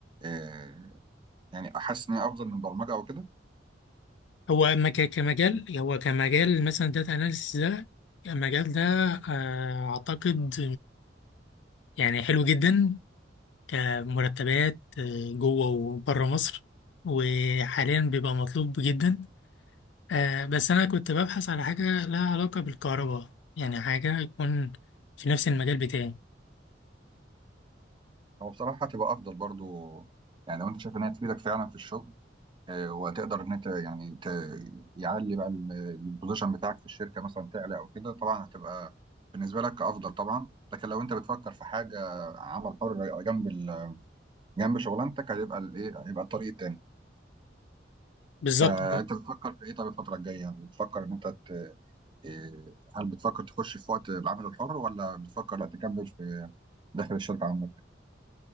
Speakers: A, on the right (about 25°); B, on the left (about 75°).
A: آه، يعني احس ان هي افضل من البرمجه او كده
B: هو ما ك- كمجال هو كمجال مثلا داتا أناليسيس ده المجال ده آه، أعتقد يعني حلو جدا كمرتبات آه، جوه وبره مصر وحاليا بيبقى مطلوب جدا آه، بس أنا كنت ببحث على حاجة لها علاقة بالكهرباء يعني حاجة يكون في نفس المجال بتاعي
A: هو بصراحه هتبقى افضل برضو يعني لو انت شايف ان هي تفيدك فعلا في الشغل آه، وهتقدر ان انت يعني ت... يعلي بقى ال- البوزيشن بتاعك في الشركه مثلا تعلى او كده طبعا هتبقى بالنسبه لك افضل طبعا لكن لو انت بتفكر في حاجه عمل حر جنب ال... جنب شغلانتك هيبقى الايه هيبقى الطريق التاني
B: بالظبط
A: فانت بتفكر في ايه طب الفتره الجايه بتفكر ان انت ت... آه، هل بتفكر تخش في وقت العمل الحر ولا بتفكر لا تكمل في داخل الشركه عندك